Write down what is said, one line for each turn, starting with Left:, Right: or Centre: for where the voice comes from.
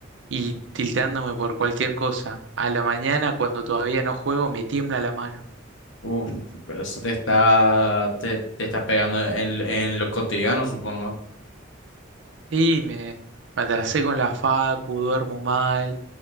Right: y tilteándome por cualquier cosa. A la mañana, cuando todavía no juego, me tiembla la mano.
Left: Uf, pero eso te está, te, te está pegando en, en lo cotidiano, supongo.
Right: Y me, me atrasé con la facu, duermo mal,